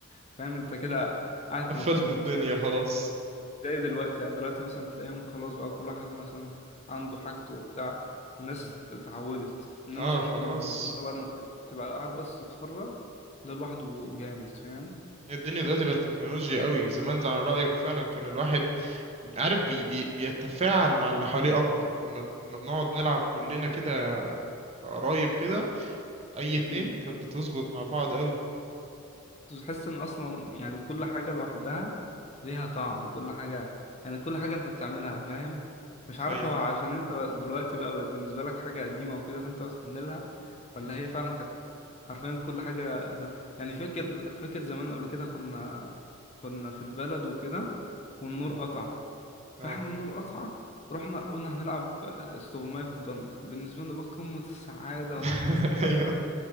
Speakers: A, on the left (about 30°); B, on the right (about 30°).
A: فاهم انت كده قاعد
B: <laughs> قفلت
A: مبسوط
B: الدنيا
A: فاهم
B: خلاص
A: انت زي دلوقتي يعني دلوقتي مثلا تلاقيهم خلاص بقى كل واحد مثلا عنده حاجته وبتاع الناس
B: امم
A: اتعودت انما
B: اه
A: زمان
B: خلاص
A: كان بالنسبه لنا بقى انك تبقى قاعد بس تتفرج ده لوحده جامد فاهم
B: هي الدنيا دلوقتي بقت تكنولوجيا قوي زمان ده على رأيك فعلا كان الواحد بي- عارف بي بي بيتفاعل مع اللي حواليه اكتر كنا كنا بنقعد نلعب كلنا كده قرايب كده اي اتنين
A: مم.
B: كانت بتظبط مع بعض قوي
A: كنت بتحس ان اصلا يعني كل حاجه لوحدها ليها طعم وكل حاجه يعني كل حاجه انت بتعملها فاهم مش عارف
B: ايوه
A: هو عشان انت دلوقتي بقى بقت بالنسبه لك حاجه قديمه وكده فانت بتحن لها
B: امم
A: ولا هي فعلا كانت حرفيا كل حاجه زم... يعني فاكر فاكر زمان قبل كده كنا كنا في البلد وكده والنور
B: امم
A: قطع فاحنا
B: اه
A: النور قطع رحنا قلنا هنلعب استغماية في الضلمة بالنسبة لنا بقى قمة السعادة
B: <laughs>
A: وإن احنا نستخبى
B: ايوه